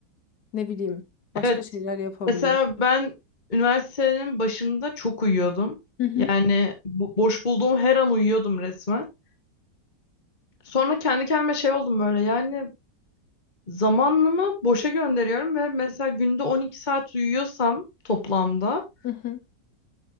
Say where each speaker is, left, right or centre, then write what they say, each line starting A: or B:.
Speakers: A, on the left; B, on the left.
A: Ne bileyim, başka
B: Evet,
A: şeyler yapabilir.
B: mesela ben üniversitenin başında çok uyuyordum.
A: Hı hı,
B: Yani bo- boş bulduğum her an uyuyordum resmen. Sonra kendi kendime şey oldum böyle yani Zamanımı boşa gönderiyorum ve mesela günde 12 saat uyuyorsam toplamda
A: hı hı.